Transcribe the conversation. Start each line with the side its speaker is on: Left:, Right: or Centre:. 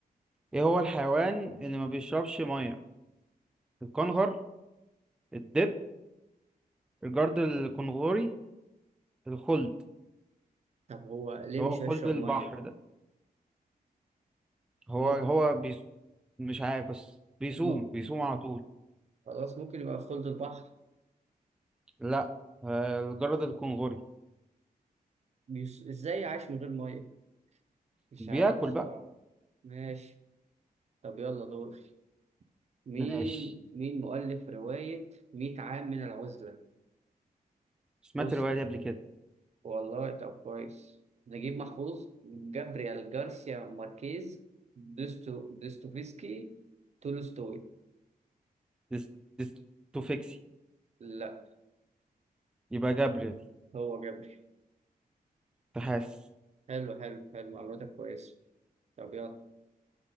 Centre: إيه هو الحيوان اللي ما بيشربش مية الكنغر الدب الجرد الكنغوري الخلد
Right: طب هو ليه
Centre: اللي
Right: مش
Centre: هو خلد
Right: هيشرب
Centre: البحر
Right: مية؟
Centre: ده هو
Right: ممكن
Centre: هو بيس... مش عارف بس بيصوم
Right: م...
Centre: بيصوم على طول
Right: خلاص ممكن يبقى في خلد البحر،
Centre: لا آه، الجرد الكنغوري
Right: بيس... ازاي عايش من غير مية؟ مش
Centre: بياكل
Right: عارف صراحة.
Centre: بقى
Right: ماشي، طب يلا دور. مين
Centre: ماشي
Right: مين مؤلف رواية 100 عام من العزلة؟
Centre: سمعت
Right: بص
Centre: الرواية دي قبل كده
Right: والله طب كويس نجيب محفوظ جابريال جارسيا ماركيز دوستو دوستوفسكي تولستوي
Centre: ديس... ديستوفيكسي
Right: لا
Centre: يبقى جابريل
Right: هو جابريل
Centre: تحاس
Right: حلو حلو حلو معلوماتك كويسة طب يلا